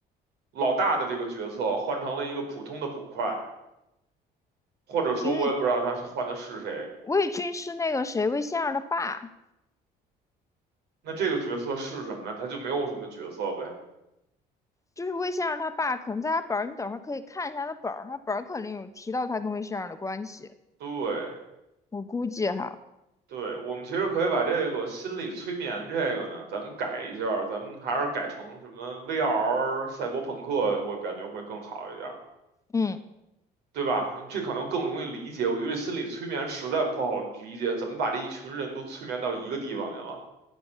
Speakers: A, on the right; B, on the left.
A: 老大的这个角色换成了一个普通的捕快，或者说我也不知道他是换的是谁。
B: 因为魏俊是那个谁魏仙儿的爸，
A: 那这个角色是什么呢？他就没有什么角色呗。
B: 就是魏先生他爸，可能在他本儿，你等会儿可以看一下他本儿，他本儿肯定有提到他跟魏先生的关系，
A: 对，
B: 我估计哈，
A: 对，我们其实可以把这个心理催眠这个呢，咱们改一下儿咱们还是改成什么 VR 赛博朋克，我感觉会更好一点。
B: 嗯，
A: 对吧？这可能更容易理解。我觉得心理催眠实在不好理解，怎么把这一群人都催眠到一个地方去了？